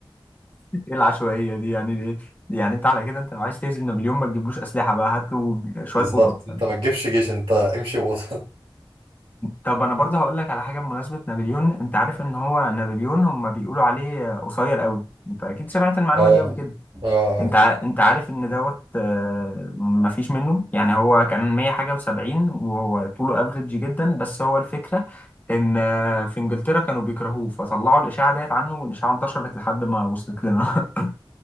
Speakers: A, on the left; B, on the right.
A: ايه العشوائيه دي يعني دي يعني انت على كده انت لو عايز تهزم نابليون ما تجيبلوش اسلحه بقى هات له شويه
B: بالظبط
A: قطط
B: انت
A: فاهم؟
B: ما تجيبش جيش انت امشي قطط
A: طب انا برضه هقول لك على حاجه بمناسبه نابليون انت عارف ان هو نابليون هم بيقولوا عليه قصير قوي انت اكيد سمعت المعلومه
B: <laughs> اه
A: دي قبل كده
B: اه
A: انت ع- انت عارف ان دوت آه، مفيش منه يعني هو كان 100 حاجه و70 وهو طوله افريج جدا بس هو الفكره ان آه، في انجلترا كانوا بيكرهوه فطلعوا الاشاعه ديت عنه والاشاعه انتشرت لحد ما وصلت لنا <laughs>